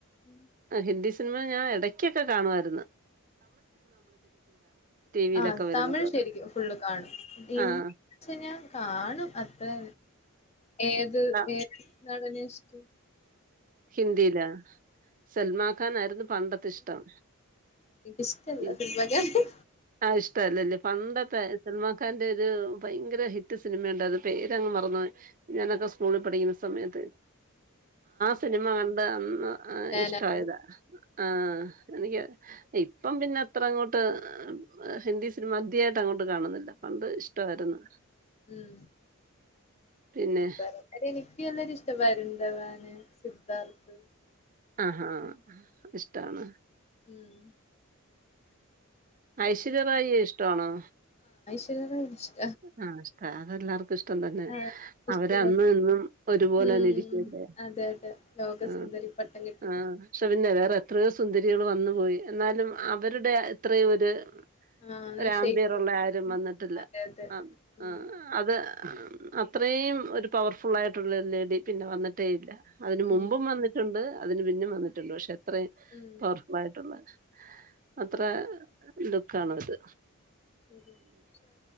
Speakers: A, on the left (about 30°); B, on the right (about 40°).
A: ഉം.
B: ഹിന്ദി സി സിൻമ ഞാ എടയ്കെക്കെ കാണുആയിരുന്നു. ടി വിയിലൊക്കെ
A: ആ
B: വരുന്നതൊക്കെ
A: തമിഴ് ശരിക്കും ഫുള്ള് കാണും <unintelligible>
B: ആഹ്
A: ഞാൻ കാണും അ തെ ഏത്
B: ആഹ്.
A: ഏത് നടനെഷ്ടൂ
B: ഹിന്ദി ലേ സൽമാക്ക കാനായിരുന്നു പണ്ടത്തെ ഇഷ്ട്ടം
A: എനിക്കിഷ്ടല്ല
B: ഇ
A: സിനിമക്കാരെ
B: ആ ഇഷ്ടല്ലല്ലേ പണ്ടത്തെ സൽമക്ക കാന്റ ഒരു പയങ്കര ഹിറ്റ് സിനിമ ണ്ടാര് പേരങ്ങ് മറന്നോയ് ഞാനത് സ്കൂളിൽ പഠിക്കുന്ന സമയത്ത് സിനിമ കണ്ട് അന്ന് ഇഷ്ടായതാ
A: ഞാനവിടെ
B: ആ എനിക്ക് ഇപ്പം പിന്നെ അത്ര അങ്ങോട്ട് ഹിന്ദി സിനിമ അധിയായിട്ടങ്ങോട്ട് കാണുന്നില്ല പണ്ട് ഇഷ്ടവാര്ന്നു.
A: മ്
B: പിന്നെ
A: ഇപ് <unintelligible> ത്ത വരുന്തവാന് സിദ്ധാർഥ്
B: ആ ഹാ അപ്പഇഷ്ടാണ്.
A: ഉം അങ്ങനെ
B: ഐശ്വര്യറായിയെ ഇഷ്ടവാണോ?
A: <unintelligible>
B: ആ ഇഷ്ട അതെല്ലാർക്കുഷ്ടം തന്നെ
A: ആഹ് ഇഷ്ടല്ലാത്ത
B: അവര അന്നു ഇന്നും ഒരുപോലെന്നെ
A: ഉം
B: ഇരിക്കല്ലേ
A: അതെ അതെ ലോകസുന്ദരി
B: ആ
A: പട്ടം കിട്ടി
B: ആ ക്ഷെ ന്നെ വേറെ എത്ര സു ത്തുന്ദരികൾ വന്നു പോയി എന്നാലും അവരുടെ ത്രയും ഒര്
A: ആഹ്
B: ഒരാമ്പിയറുള്ള
A: ഷെയ്ഖ്
B: ആരും വന്ന്ട്ട്ല്ല
A: അതെ അതെ
B: ആ
A: ഉം
B: ആ അത് ആ മ് അത്രേയ് ഒരു പവർഫുൾ ആയിട്ട്ള്ള ര് ലേഡി പിന്നെ വന്നി ട്ടേയില്ല അതിന്
A: ഉം
B: മുമ്പും വന്നിട്ടുണ്ട് അതിന് പിന്നിം വന്നിട്ട്ണ്ട് ഷെ ത്രയ്
A: ഉം
B: പവർഫുൾ ആയിട്ടുള്ള അത്ര
A: ആഹ്
B: ന്തോ ക്കണത്
A: <unintelligible> <unintelligible>